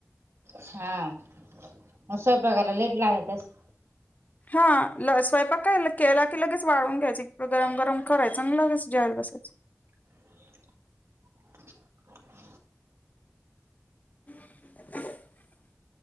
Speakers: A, on the right (about 60°); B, on the left (about 30°).
A: हा मग स्वयपाकाला लेट लागत अस <inaudible>
B: हा ल स्वयंपाक काय ल केला की लगेच वाळून घ्यायचं. इकं गरम-गरम करायचं न लगेच जेवाय असच
A: <unintelligible>
B: <unintelligible>